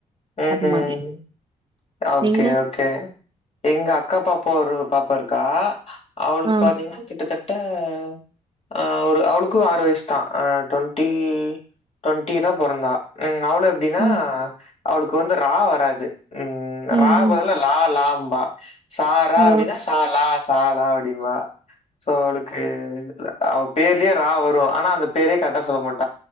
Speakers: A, on the left; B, on the right.
A: உம்
B: அது மாரி
A: ம் ஓகே
B: நீங்க
A: ஓகே எங்க அக்கா பாப்பா ஒரு பாப்பா இருக்கா அவளுக்கு
B: ஆ
A: பாத்தீங்கன்னா கிட்டத்தட்ட கிட்டத்தட்ட ஒரு அவளுக்கும் ‌ஆறு வயசு தான் ட்வெண்டி ட்வெண்டி தா பொறந்தா ம் அவளும் எப்படின்னா
B: ம்
A: அவளுக்கு வந்து ரா வராது உம்
B: ம்
A: ரா
B: ம்
A: பதுல்ல லா லா பா சாரா
B: ஆ
A: அப்படின்னா சாலா சாலா அப்படிம்பா சோ அவளுக்கு அவ பேர்லேயே ரா வரும் ஆனா அந்த பேரே கரெக்டா சொல்ல மாட்ட